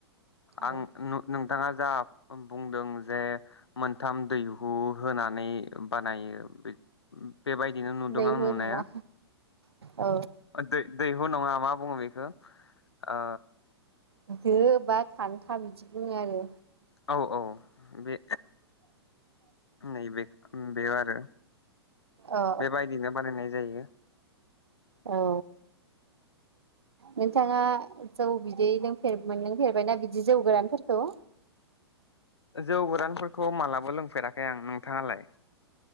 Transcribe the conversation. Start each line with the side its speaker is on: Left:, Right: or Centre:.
Right: औ
Left: आं <unintelligible> नों दाङा जाब बुंदों जे मोनथाम दैहु होनानै बानायो। बेबायदिनो नुदों
Right: दैहु
Left: आं नुनाया
Right: नङा औ
Left: दै-दैहु नङा मा बुङो बेखौ ओ
Right: <unintelligible> बाद खान्था बिदि बुङो आरो
Left: औ औ बे नैबे बेयाव आरो
Right: औ
Left: बेबायदिनो बानायनाय जायो
Right: औ नोंथाङा जौ बिदै लोंफेर मोनलोंफेरबायना बिदि जौ गोरानफोरखौ
Left: जौ गोरानफोरखौ मालाबा लोंफेराखै आं नोंथाङालाय